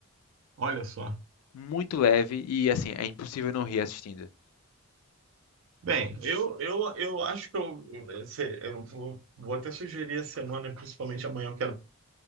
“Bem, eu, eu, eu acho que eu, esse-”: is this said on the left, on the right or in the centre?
Right